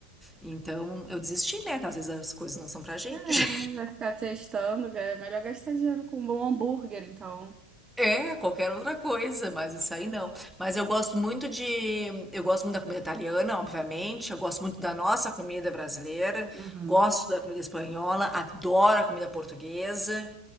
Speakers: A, in the centre; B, on the right.
A: Então eu desisti, né? Às vezes as coisas não são pra gente.
B: É, vai ficar testando. É melhor gastar dinheiro com um bom hambúrguer, então.
A: É, qualquer outra coisa, mas isso aí não. Mas eu gosto muito de, eu gosto muito da comida italiana, obviamente. Eu gosto muito da nossa comida brasileira.
B: Uhum.
A: Gosto da comida espanhola, adoro a comida portuguesa.